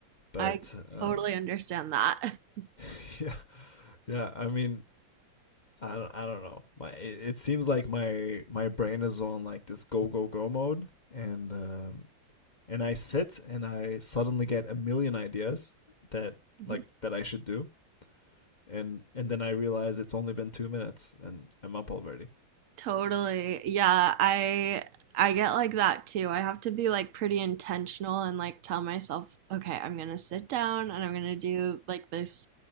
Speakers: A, on the left; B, on the right.
A: but
B: I
A: um
B: totally understand that. <laughs>
A: <laughs> yeah. Yeah, I mean, I don't, I don't know. My it, it seems like my my brain is on like this go go go mode and um and I sit and I suddenly get a million ideas that
B: Yeah.
A: like that I should do and and then I realize it's only been 2 minutes and I'm up already.
B: Totally. Yeah, I I get like that too. I have to be like pretty intentional and like tell myself, okay, I'm gonna sit down and I'm gonna do like this.